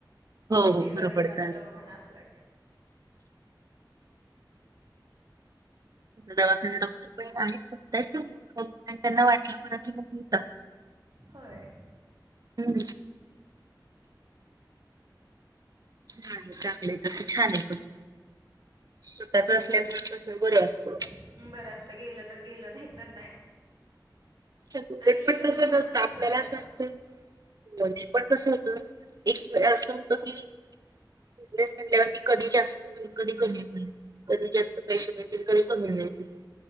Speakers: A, on the right; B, on the right.
A: हो
B: शेजारी
A: बरं पडतं
B: एखादा दवाखाना असला कि
A: दवाखान्यात डॉक्टर पण आहेत. त्याच त्यांना वाटल म्हणजे मग काय-
B: होय.
A: हम्. चांगलं आहे तसं छान आहे पण स्वतःच असल्यामुळे कस बरं असत.
B: बरं असत गेलं तर गेलं नाही तर नाही.
A: उघटपट
B: आणि लय लोड
A: तसच
B: पण
A: असतं
B: नसतोय
A: आपल्यालाच
B: असा
A: असं असतं- पण कसं होत एक वेळ असं होत की बिझनेस मम्हणल्या वरती कधी जास्त मिळल, कधी कमी मिळेल कधी जास्त पैसे मिळतील कधी कमी मिळतील.